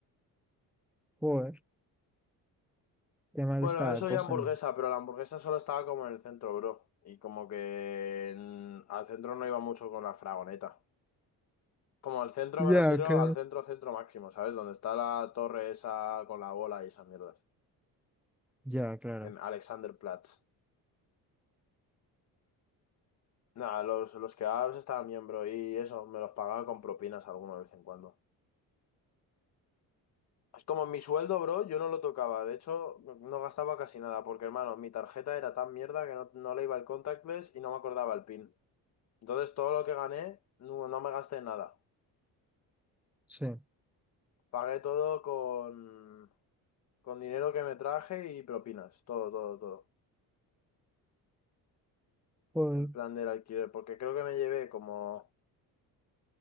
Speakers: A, in the centre; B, on the left.
A: Joder, qué mal
B: Bueno,
A: está la
B: eso
A: cosa.
B: ya hamburguesa, pero la hamburguesa solo estaba como en el centro, bro. Y como que en- al centro no iba mucho con la fragoneta. Como al centro
A: Ya,
B: me refiero
A: que
B: al centro, centro máximo, ¿sabes? Donde está la torre esa con la bola y esas mierdas.
A: Ya, claro.
B: En Alexanderplatz. Nada, los, los kebabs estaban bien, bro. Y eso, me los pagaba con propinas alguna vez en cuando. Es como mi sueldo, bro, yo no lo tocaba. De hecho, no gastaba casi nada, porque hermano, mi tarjeta era tan mierda que no, no le iba el contactless y no me acordaba el PIN. Entonces todo lo que gané, no, no me gasté en nada.
A: Sí.
B: Pagué todo con, con dinero que me traje y propinas. Todo, todo, todo.
A: Joder.
B: En plan del alquiler. Porque creo que me llevé como...